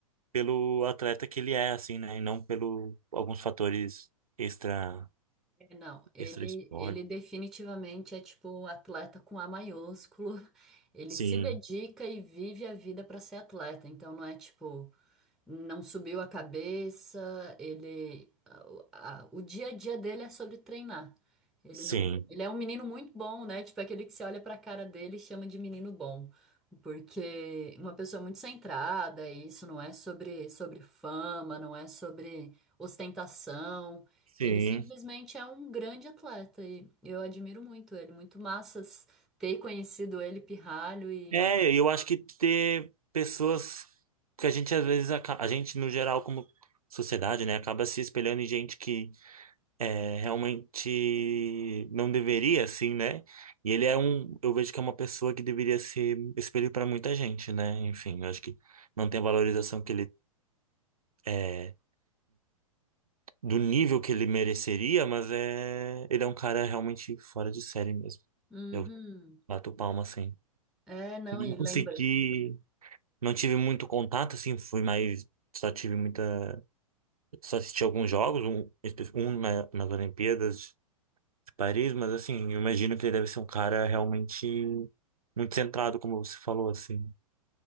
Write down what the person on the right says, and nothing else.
pelo atleta que ele é, assim, né? E não pelo alguns fatores extra
extra esporte.
Sim,
sim,
sim.
É, eu acho que ter pessoas que a gente às vezes aca- a gente no geral como sociedade, né, acaba se espelhando em gente que É, realmente não deveria, assim, né? E ele é um, eu vejo que é uma pessoa que deveria ser espelho para muita gente, né? Enfim, eu acho que não tem a valorização que ele é do nível que ele mereceria, mas é, ele é um cara realmente fora de série mesmo.
Eu bato palma assim.
Não
consegui, não tive muito contato, assim, fui mais, só tive muita, só assisti alguns jogos, um, espe- um na- nas Olimpíadas Paris, mas assim, eu imagino que ele deve ser um cara realmente muito centrado, como você falou, assim.